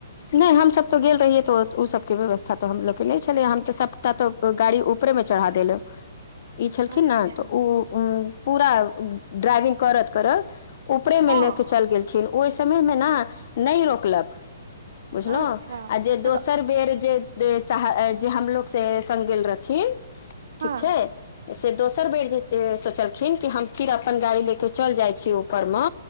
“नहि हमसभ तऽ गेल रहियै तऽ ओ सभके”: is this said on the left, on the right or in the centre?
Left